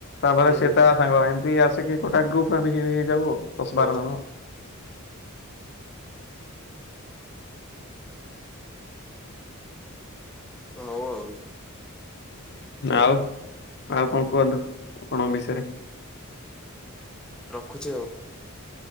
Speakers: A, on the left; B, in the centre.
A: ତାପରେ
B: ହୁଁ
A: ସେ ତା ସାଙ୍ଗ ଏମିତି ଆସିକି ଗୋଟା ଗ୍ରୁପ ଆମେ ହେଇଯାଉୁ ଆଉ ଦଶ
B: ହଁ
A: ବାର ଜଣ
B: ହଉ ଆଉ
A: ଆଉ ଆଉ କଣ କୁହନ୍ତୁ ଆପଣଙ୍କ ବିଷୟରେ
B: ରଖୁଛି ଆଉ